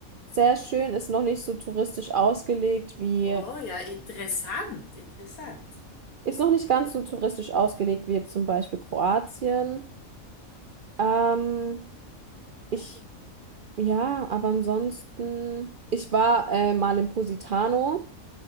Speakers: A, on the right (about 70°); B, on the left (about 85°).
A: sehr schön, ist noch nicht so touristisch ausgelegt wie.
B: Oh ja, interessant, interessant.
A: Ist noch nicht ganz so touristisch ausgelegt wie jetzt zum Beispiel Kroatien. Ähm, ich, ja, aber ansonsten, ich war äh, mal in Positano.